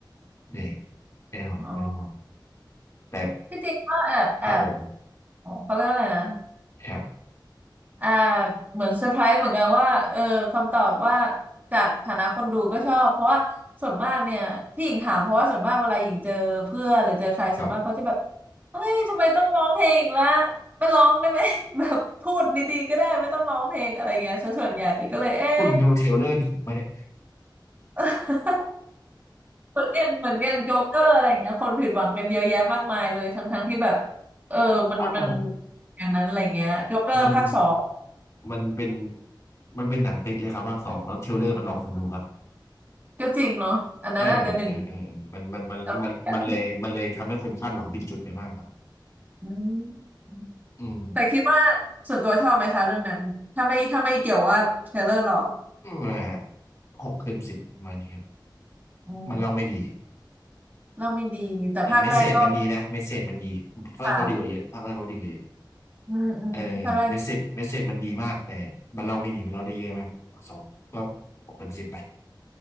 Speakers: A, on the left (about 40°); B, on the right (about 20°).
A: เนี่ยแน่นอนไม่ต้องห่วง
B: อ๋อ
A: แต่
B: ที่จริงก็แอบแอบ
A: ครับผม
B: อ๋อเขาเรียกว่าอะไรนะ
A: ครับ
B: อ่าเหมือนเซอร์ไพรส์เหมือนกันว่าเออคำตอบว่าจากฐานะคนดูก็ชอบเพราะว่าส่วนมากเนี่ยที่หญิงถามเพราะว่าส่วนมากเวลาหญิงเจอเพื่อนหรือเจอใครส่วนมากเขาจะแบบ
A: ครับ
B: เฮ้ยทำไมต้องร้องเพลงอีกละไม่ร้องได้ไหม <laughs> แบบพูดดีๆก็ได้ไม่ต้องร้องเพลงอะไรเงี้ยซะส่วนใหญ่ก็เลยเอ๊ะ
A: คุณดูเทรลเลอร์หนังมาเนี่ย
B: <laughs> เหมือนอย่างเหมือนอย่างโจ๊กเกอร์อะไรเงี้ยคนผิดหวังกันเยอะแยะมากมายเลยทั้งทั้งที่แบบเออมันมัน
A: อ่าอ่า
B: อย่างนั้นอะไรเงี้ยโจ๊กเกอร์ภาคสอง
A: มันมันเป็นมันเป็นหนังติดเลยครับภาคสองแล้วเทรลเลอร์มันหลอกคนดูครับ
B: ก็จริงเนาะอันนั้นอาจจะหนึ่ง
A: เออเออเออมันมันมันมันมันเลยมันเลยทำให้คนคาดหวังผิดจุดไปมากครับ
B: ตลกดีอะอืม
A: อืม
B: แต่คิดว่าส่วนตัวชอบไหมคะเรื่องนั้นถ้าไม่ถ้าไม่เกี่ยวว่าเทรลเลอร์หรอก
A: อืมอ่าหกเต็มสิบประมันครับ
B: อ๋อ
A: มันเล่าไม่ดี
B: เล่าไม่ดีแต่ภาคแรกก็
A: อ่าเมสเซจมันดีนะเมสเซจมันดีภาคแรกเขาดีกว่าเยอะภาคแรกเขาดีกว่าเยอะ
B: ค่ะอืมอืมภาคแรก
A: เออเมสเซจเมสเซจมันดีมากแต่มันเล่าไม่ดีมันเล่าได้เยอะมากภาคสองก็หกเต็มสิบไป